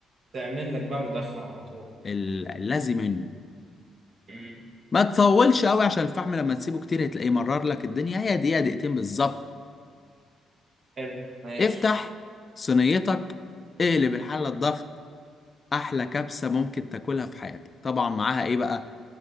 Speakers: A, on the right; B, on the left.
A: تعمل لك بقى مدخن على طول
B: ال- اللازم منه
A: مم.
B: ما تطولش قوي عشان الفحم لما تسيبه كتير هتلاقيه مرر لك الدنيا هي دقيقة دقيقتين بالظبط
A: حلو ماشي
B: افتح صينيتك اقلب الحلة الضغط احلى كبسه ممكن تاكلها في حياتك طبعا معاها ايه بقى